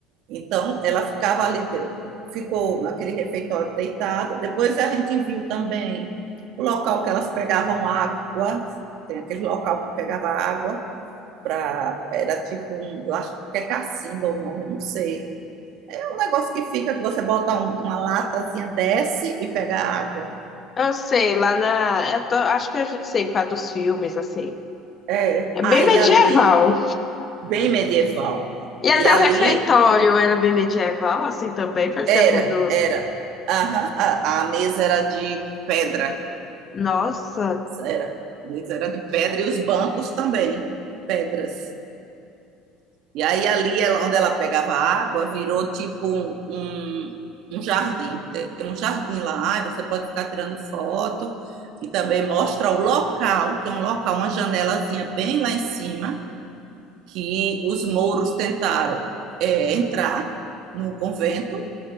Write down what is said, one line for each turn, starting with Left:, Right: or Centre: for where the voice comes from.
Right: Então, ela ficava ali, de- ficou naquele refeitório deitada. Depois a gente viu também o local que elas pegavam água, tem aquele local que pegava água para era tipo um, eu acho que é cacimba o nome, eu não sei. É um negócio que fica que você bota um- uma latazinha, desce e pega água.
Left: Eu sei, lá na. eu tô- acho que eu já sei, para dos filmes, assim.
Right: É,
Left: É bem
Right: aí
Left: medieval.
Right: ali bem medieval.
Left: E até
Right: E ali
Left: o refeitório era bem medieval, assim também, parecia
Right: Era,
Left: como nos.
Right: era. Aham, a, a mesa era de pedra.
Left: Nossa,
Right: Era. A mesa era de pedra e os bancos também, pedras. E aí ali ela- onde ela pegava água, virou tipo um, um um jardim. Tem um jardim lá, aí você pode ficar tirando foto e também mostra o local. Tem um local, uma janelazinha bem lá em cima, que os mouros tentaram eh, entrar no convento,